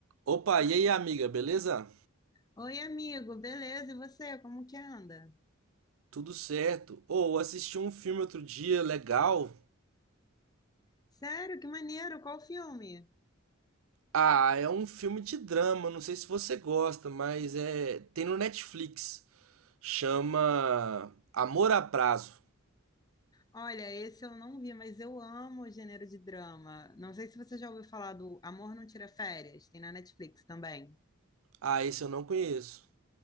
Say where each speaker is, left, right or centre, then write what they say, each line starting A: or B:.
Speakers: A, on the right; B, on the left.
A: Opa, e aí, amiga, beleza?
B: Oi, amigo, beleza? E você, como que anda?
A: Tudo certo? Ou oh, assisti um filme outro dia, legal.
B: Sério, que maneiro, qual filme?
A: Ah, é um filme de drama, não sei se você gosta, mas é, tem no Netflix. Chama Amor a Prazo.
B: Olha, esse eu não vi, mas eu amo o gênero de drama. Não sei se você já ouviu falar do Amor Não Tira Férias, tem na Netflix também.
A: Ah, esse eu não conheço.